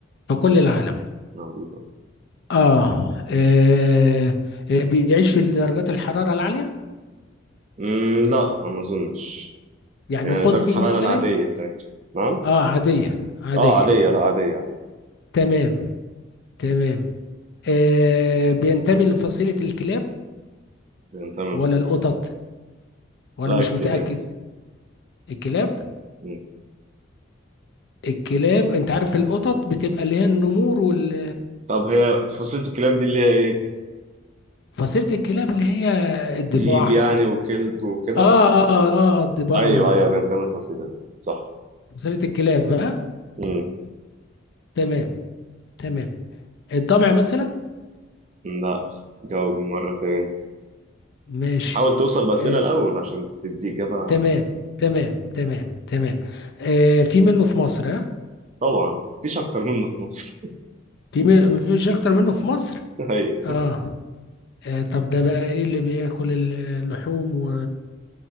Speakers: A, on the left; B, on the right.
A: في كل العالم
B: موجود آه.
A: آه آه، آه، بيعيش في درجات الحرارة العالية
B: مم، لا ما اظنش
A: يعني
B: يعني
A: قطبي
B: درجة الحرارة
A: مثلا
B: العادية بتاعتي نعم
A: آه عادية عادية
B: اه عادية لا عادية عادية
A: تمام تمام آه، بينتمي لفصيلة الكلاب
B: بينتمي
A: ولا
B: في فصيلة
A: القطط
B: الكلاب
A: ولا
B: لا
A: مش
B: الكلاب
A: متأكد الكلاب
B: مم.
A: الكلاب انت عارف القطط بتبقى اللي هي النمور وال
B: طب هي فصيلة الكلاب دي اللي هي ايه
A: فصيلة الكلاب اللي هي الضباع
B: ديب يعني وكلب وكده
A: اه اه اه, آه الضباع
B: ايوه
A: وال
B: ايوه بينتمي الفصيلة دي صح
A: فصيلة الكلاب اه
B: مم.
A: تمام تمام الضبع مثلا
B: لا جاوب مرة تاني
A: ماشي
B: حاول توصل بأسئلة
A: آه.
B: الأول عشان تدي إجابة
A: تمام تمام تمام تمام آه في منه في مصر اه
B: طبعا مفيش أكتر منه في مصر
A: في من... مفيش اكتر منه في مصر
B: <laughs> ايوه
A: اه, آه طب ده بقى ايه اللي بياكل اللحوم و...